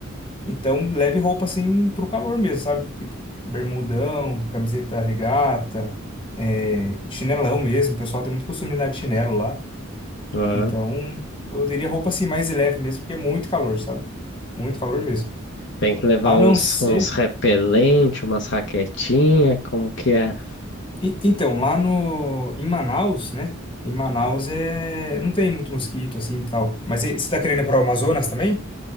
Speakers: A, on the left; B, on the left.
A: Então leve roupa, assim, pro calor mesmo, sabe? Tipo, bermudão, camiseta regata, é, chinelão mesmo. O pessoal tem muito costume de andar de chinelo lá.
B: Aham.
A: Então eu diria roupa, assim, mais leve mesmo, porque é muito calor, sabe? Muito calor mesmo.
B: Tem que levar
A: A
B: uns,
A: não ser
B: uns repelentes, umas raquetinhas, como que é?
A: E- Então, lá no, em Manaus, né? Em Manaus é, não tem muito mosquito assim e tal. Mas e- você tá querendo ir pro Amazonas também?